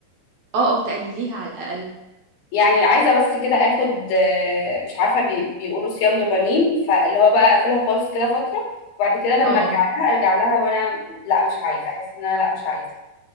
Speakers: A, on the right; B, on the left.
A: اه او تقلليها على الاقل
B: يعني عايزه بس كده اخد آه، مش عارفه بي- بيقولوا صيام دوبامين فاللي هو بقى اقفلها خالص كده فتره وبعد كده لما
A: اه
B: ارجع
A: اه
B: لها ارجع لها وانا لا مش عايزه احس ان انا لا مش عايزه